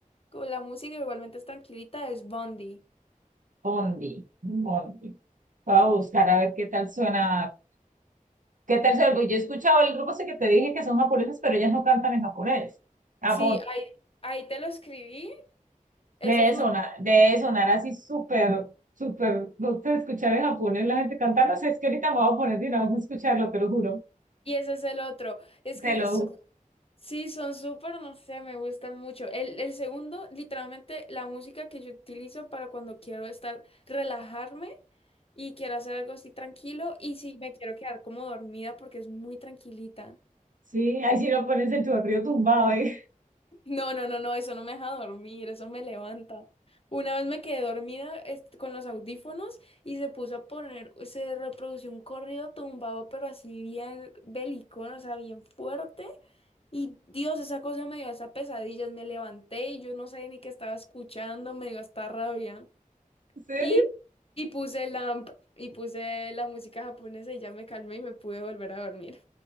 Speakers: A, on the left; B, on the right.
A: con la música, igualmente es tranquilita, es Bondi.
B: Bondi, Bondi. Voy a buscar a ver qué tal suena, qué tal suena, porque yo he escuchado el grupo ese que te dije que son japoneses, pero ellas no cantan en japonés. Ah,
A: Sí, ahí, ahí te lo escribí, ese
B: Debe
A: es uno
B: sonar, debe sonar así súper, súper, no te escuchar en japonés la gente cantando, o sea es que ahorita me voy a poner de una vez a escucharlo, te lo juro,
A: y ese es el otro. Es
B: te
A: que
B: lo
A: son-
B: ju-
A: sí, son súper, no sé, me gustan mucho. El, el segundo, literalmente la música que yo utilizo para cuando quiero estar, relajarme. Y quiero hacer algo así tranquilo y si me quiero quedar como dormida porque es muy tranquilita.
B: Sí, ahí si no pones el chorrillo tumbado, ¿eh?
A: No, no, no, no, eso no me deja dormir, eso me levanta. Una vez me quedé dormida este, con los audífonos y se puso a poner, se reprodució un corrido tumbado, pero así bien bélico, ¿no? o sea, bien fuerte. Y Dios, esa cosa me dio hasta pesadillas, me levanté y yo no sabía ni qué estaba escuchando, me dio hasta rabia.
B: <laughs> ¿En serio?
A: Y, y puse la, y puse la música japonesa y ya me calmé y me pude volver a dormir.